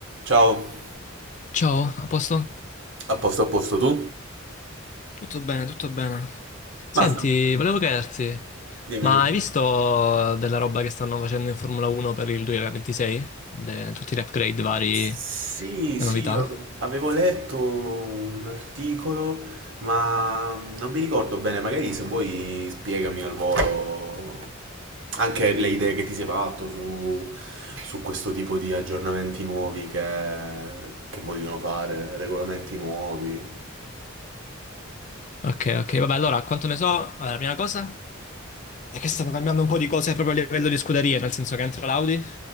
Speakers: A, on the right (about 60°); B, on the left (about 35°).
A: Ciao,
B: Ciao, a posto?
A: a posto a posto tu?
B: Tutto bene, tutto bene. Senti,
A: Ma
B: volevo chiederti,
A: dimmi,
B: ma
A: dimmi.
B: hai visto della roba che stanno facendo in Formula 1 per il 2026? De- tutti gli upgrade vari,
A: Sì,
B: le
A: sì,
B: novità?
A: ho- avevo letto un articolo, ma non mi ricordo bene, magari se vuoi spiegami al volo anche le idee che ti sei fatto su, su questo tipo di aggiornamenti nuovi che, che vogliono fare, regolamenti nuovi.
B: Ok, ok, vabbè, allora, quanto ne so? Allora, la prima cosa è che stanno cambiando un po' di cose proprio a livello di scuderie, nel senso che entra l'Audi,